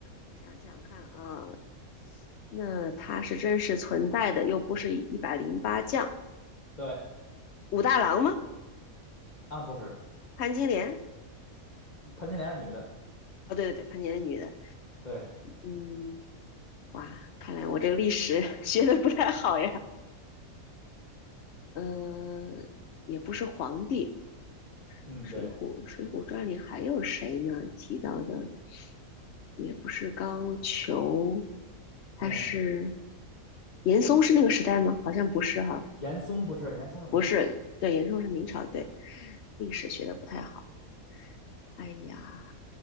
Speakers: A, on the left; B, on the left.
A: 我想想看啊，那他是真实存在的，又不是一百零八将，
B: 对
A: 武大郎吗？
B: 啊，不是
A: 潘金莲？
B: 潘金莲是女的，
A: 哦，对对对，潘金莲女的。
B: 对，
A: 嗯，哇，看来我这个历史 <laughs> 学的不太好呀。嗯，也不是皇帝，
B: 嗯对。
A: 《水浒》《水浒传》里还有谁呢？提到的也不是高俅，他是
B: 嗯。
A: 严嵩是那个时代吗？好像不是哈，
B: 严嵩不是，严嵩是明朝。
A: 不是，对，严嵩是明朝，对，历史学的不太好。哎呀，